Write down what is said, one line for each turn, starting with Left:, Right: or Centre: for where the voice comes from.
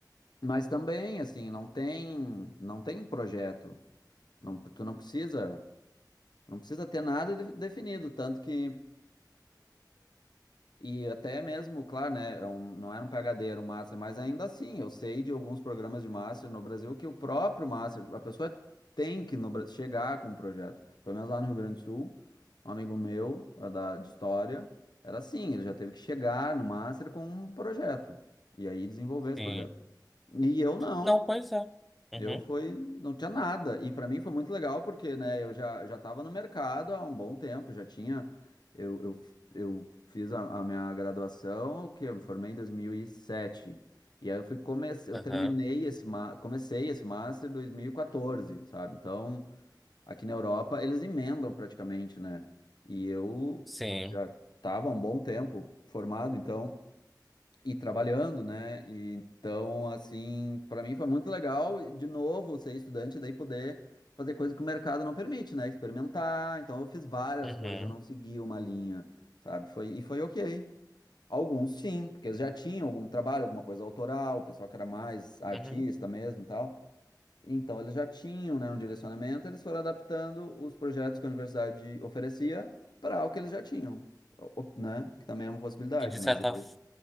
Left: mas também, assim, não tem, não tem projeto, não, tu não precisa, não precisa ter nada de- definido, tanto que E até mesmo, claro, né? é um- não era um PhD, era um Master, mas ainda assim, eu sei de alguns programas de Master no Brasil que o próprio Master, a pessoa tem que no Bra- chegar com um projeto. Pelo menos lá no Rio Grande do Sul, um amigo meu, eh, da, de História, era assim, ele já teve que chegar no Master com um projeto, e aí desenvolver esse
Centre: sim.
Left: projeto. E eu não.
Centre: Não, pois é. Uhum,
Left: Eu foi, não tinha nada. E para mim foi muito legal porque, né, eu já já estava no mercado há um bom tempo, já tinha eu, eu, eu fiz a, a minha graduação, que eu me formei em dois mil E sete e aí eu fui comecei, eu
Centre: aham,
Left: terminei esse ma- comecei esse master em 2014, sabe? Então, aqui na Europa eles emendam praticamente, né? E eu
Centre: sim.
Left: já estava há um bom tempo formado, então e trabalhando, né? E então, assim, para mim foi muito legal, e, de novo, ser estudante, daí poder fazer coisas que o mercado não permite, né? Experimentar. Então, eu fiz várias
Centre: Uhum,
Left: coisas, eu não segui uma linha, sabe? Foi, e foi ok. Alguns sim, porque eles já tinham algum trabalho, alguma coisa autoral, o pessoal que era mais artista
Centre: uhum.
Left: mesmo e tal. Então, eles já tinham, né, um direcionamento, eles foram adaptando os projetos que a universidade oferecia para o que eles já tinham, o- o- né? Que também é uma possibilidade,
Centre: E de
Left: mas
Centre: certa.
Left: eu,
Centre: f-